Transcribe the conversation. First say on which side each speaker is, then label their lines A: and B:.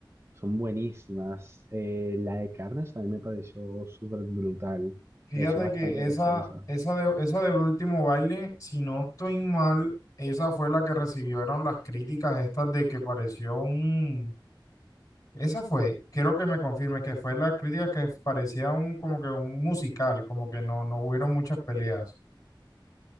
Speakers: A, on the right; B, on the left.
A: son buenísimas. Eh, la de Carnage también me pareció súper brutal,
B: Fíjate
A: pareció bastante
B: que
A: graciosa.
B: esa, esa de, esa del último baile, si no estoy mal, esa fue la que recibieron las críticas estas de que pareció un Esa fue, quiero que me confirme que fue la crítica que parecía un como que un musical, como que no, no hubieron muchas peleas.